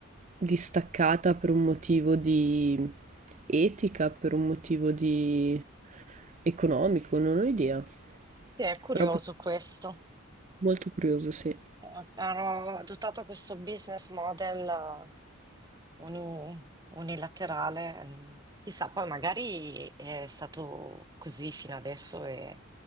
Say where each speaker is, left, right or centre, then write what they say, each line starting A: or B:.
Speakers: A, on the right; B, on the right.
A: distaccata per un motivo di etica, per un motivo di economico, non ho idea.
B: Sì, è curioso
A: Però pot-
B: questo.
A: molto curioso, sì.
B: Eh, Hanno adottato questo business model uni- unilaterale. mm, Chissà, poi magari è stato così fino adesso e,